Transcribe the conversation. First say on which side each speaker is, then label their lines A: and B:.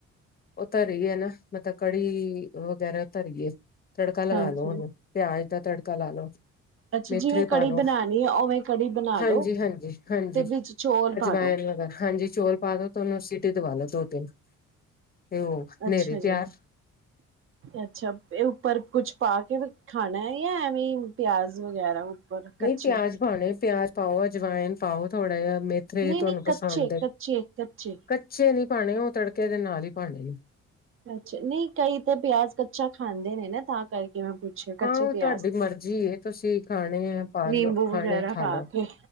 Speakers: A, on the left (about 30°); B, on the right (about 45°).
A: ਉਹ ਧਰੀ ਐ ਨਾ ਮਤਲਬ ਕੜੀ ਵਗੈਰਾ ਧਰੀਏ। ਤੜਕਾ ਲਗਾ
B: ਹਾਂਜੀ
A: ਲੋ ਉਹਨੂੰ ਪਿਆਜ ਦਾ ਤੜਕਾ ਲਾ ਲੋ
B: ਅੱਛਾ
A: ਮੇਥਰੇ
B: ਜਿਵੇਂ ਕੜੀ
A: ਪਾ ਲਓ
B: ਬਣਾਉਣੀ ਹੈ ਉਵੇਂ ਕੜੀ ਬਣਾ
A: ਹਾਂਜੀ
B: ਲੋ
A: ਹਾਂਜੀ ਹਾਂਜੀ।
B: ਤੇ ਵਿੱਚ ਚੌਲ ਪਾ
A: ਅਜਵਾਇਨ
B: ਦੋ
A: ਵਗੈਰਾ ਹਾਂਜੀ। ਚੋਲ ਪਾ ਦੋ ਤੇ ਉਹਨੂੰ ਸੀਟੀ ਦਵਾ ਲੋ ਦੋ ਤਿੰਨ। ਤੇ ਉਹ ਹਨੇਰੇ
B: ਅੱਛਾ
A: ਤਿਆਰ
B: ਜੀ, ਅੱਛਾ ਇਹ ਉੱਪਰ ਕੁਛ ਪਾ ਕੇ ਫੇਰ ਖਾਣਾ ਹੈ ਜਾਂ ਐਵੇਂ ਪਿਆਜ ਵਗੈਰਾ। ਉੱਪਰ ਕੱਚੇ
A: ਨਹੀਂ ਪਿਆਜ ਪਾਣੇ ਪਿਆਜ ਪਾਉ ਅਜਵਾਇਨ ਪਾਉ ਥੋੜ੍ਹਾ ਜਿਹਾ ਮੇਥਰੇ
B: ਨਹੀਂ
A: ਤੁਹਾਨੂੰ
B: ਨਹੀਂ ਕੱਚੇ
A: ਪਸੰਦ ਐ,
B: ਕੱਚੇ ਕੱਚੇ
A: ਕੱਚੇ ਨੀ ਭੈਣੇ ਉਹ ਤੜਕੇ ਦੇ ਨਾਲ ਹੀ ਪਾਣੇ।
B: ਅੱਛਾ ਨਹੀਂ ਕਈ ਤੇ ਪਿਆਜ ਕੱਚਾ ਖਾਂਦੇ ਨੇ ਨਾ ਤਾਂ ਕਰਕੇ। ਮੈਂ ਪੁੱਛਿਆ ਕੱਚੇ
A: ਹਾਂ ਉਹ
B: ਪਿਆਜ
A: ਤੁਹਾਡੀ ਮਰਜ਼ੀ ਆ ਤੁਸੀਂ ਖਾਣੇ ਆ ਪਾ
B: ਨਿੰਬੂ
A: ਲਓ ਖਾਣੇ
B: ਵਗੈਰਾ
A: ਆ ਖਾ
B: ਪਾ
A: ਲਓ
B: ਕੇ